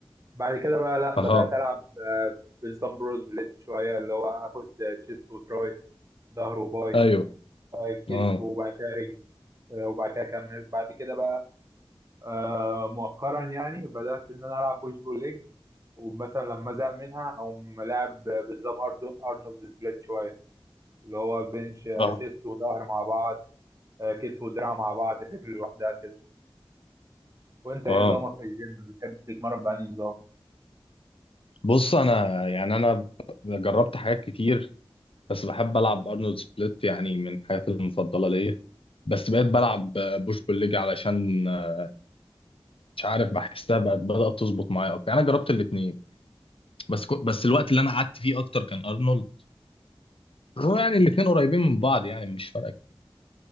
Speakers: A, on the right; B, on the left.
A: بعد كده بقى لا
B: اها
A: بدأت ألعب آه، بنظام بروز بليت شوية اللي هو آخد شيست وتراي ظهر وباي
B: ايوه
A: آه، كتف
B: اه
A: وبعد كده رجل آه، وبعد كده أكمل بعد كده بقى آه، مؤخرا يعني بدأت إن أنا ألعب بوش بول ليج ومثلا لما أزهق منها أو ملاعب بنظام أرنو- أرنولد سبليت شوية اللي هو بنش آه،
B: اه
A: شيست وظهر مع بعض آه، كتف ودراع مع بعض رجل لوحدها كده وأنت إيه
B: اه
A: نظامك في الجيم بتحب تتمرن بأنهي نظام؟
B: بص انا يعني انا ب- جربت حاجات كتير بس بحب العب ارنولد سبليت يعني من الحاجات المفضله ليا بس بقيت بلعب آه، بوش بول ليج علشان آه، مش عارف بحسها بقت بدات تظبط معايا اكتر يعني انا جربت الاثنين بس كو... بس الوقت اللي انا قعدت فيه اكتر كان ارنولد هو يعني الاثنين قريبين من بعض يعني مش فارقه